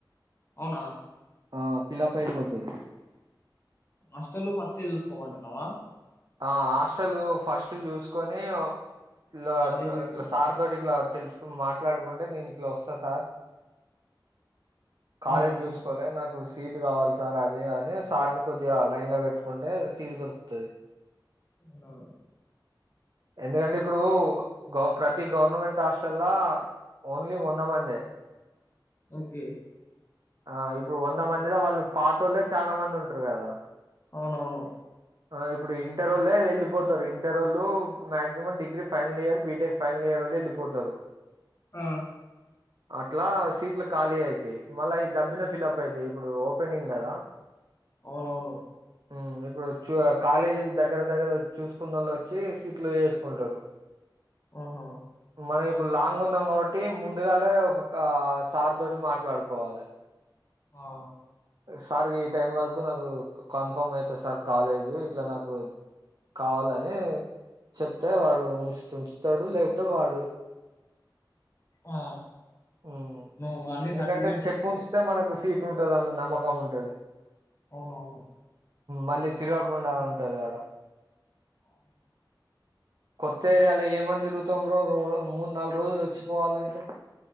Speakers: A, on the left; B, on the right.
A: అవునా
B: ఆ ఫిల్లప్ అయిపోతయి
A: హాస్టల్లో ఫస్టే చూసుకోమంటున్నవా
B: ఆ హాస్టలూ ఫస్టు చూసుకొనీ ఓ ఇట్లా
A: కాలేజ్ ఏడున్నా
B: ఇట్ల సార్ తోటి ఇట్లా తెల్సుకొని మాట్లాడుకుంటే నేను ఇట్లా వస్తా సార్ కాలేజ్
A: ఉమ్
B: జూసుకోవలే నాక్ ఓం సీటు కావాలి సార్ అది అనీ సార్ని కొద్దిగా లైన్ లో పెట్టుకుంటే సీటు దొరుకుతది.
A: అవునా
B: ఎందుకంటే ఇప్పుడూ గవ్ ప్రతి గవర్నమెంట్ హాస్టల్లా ఓన్లీ వంద మందే
A: ఓకే
B: ఆ ఇప్పుడు వంద మందిలో వాళ్ళు పాతోళ్ళే చానా మంది ఉంటరు గదా.
A: అవునవును
B: ఆ ఇప్పుడు ఇం ఇంటరోళ్ళే వెళ్ళిపోతరు ఇంటరోళ్ళూ maximum degree final year, BTech final ఇయరోళ్ళే వెళ్ళిపోతరు.
A: ఆ
B: అట్లా సీట్లు ఖాళీ అయితయి మళ్ళా ఇయి దబ్బిన ఫిల్లప్ అయితయి ఇప్పుడూ ఓపెనింగ్ గదా.
A: అవునవును
B: ఊ ఇప్పుడు ఒచ్చూ ఆ కాలేజిల్ల్ దగ్గర దగ్గర చూసుకున్నోళ్ళు వచ్చీ సీట్లు వేసుకుంటరు.
A: ఆహా
B: మనం ఇప్పుడు లాంగ్ ఉన్నాం కాబట్టి ముందుగాలే ఒకొకా సార్ తోటి మాట్లాడుకోవాలె.
A: ఆ
B: సార్ గీ టైం
A: అదే
B: వరకు నాకూ కన్ఫార్మ్ అయితది సార్ కాలేజు ఇట్ల నాకు కావాలనీ చెప్తే వాడు ఉంచుతే ఉంచుతడు లేకపోతే వాడు
A: ఆ
B: ఊ
A: నువ్వు అన్ని
B: ఎందుకంటే
A: సర్టిఫికేట్స్
B: చెప్పి
A: ఇస్తే
B: ఉంచితే మనకు సీట్ తుంటది అంత నమ్మకం ఉంటది
A: అవునవును
B: మళ్ళీ తిరగకుండా ఉంటది ఆడ
A: <unintelligible>
B: <unintelligible> కొత్త ఏరియాలో ఏమని తిరుగుతాం బ్రో <unintelligible> మూడు, నాలుగు రోజులు వచ్చిపోవాలంటే.